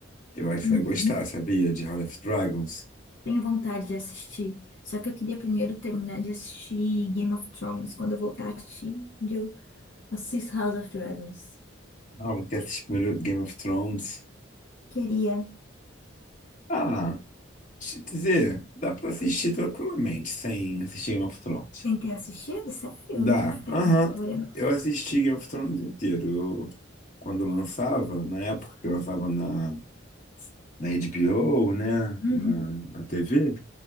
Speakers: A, on the left; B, on the left.
A: eu acho que
B: Uhum.
A: você vai gostar, sabia? De House of Dragons.
B: Tenho vontade de assistir. Só que eu queria primeiro terminar de assistir Game of Thrones. Quando eu voltar a assistir, eu assisto House of Dragons.
A: Ah, você assistiu primeiro Game of Thrones.
B: Queria.
A: Ah, deixa eu te dizer, dá pra assistir tranquilamente sem assistir Game of Thrones.
B: Tem ter assistido? Sério?
A: Dá.
B: Não afeta
A: Aham.
B: a minha história, não.
A: Eu assisti Game of Thrones inteiro. Eu, quando lançava, na época que lançava na, na HBO, né?
B: Uhum.
A: Na, na TV,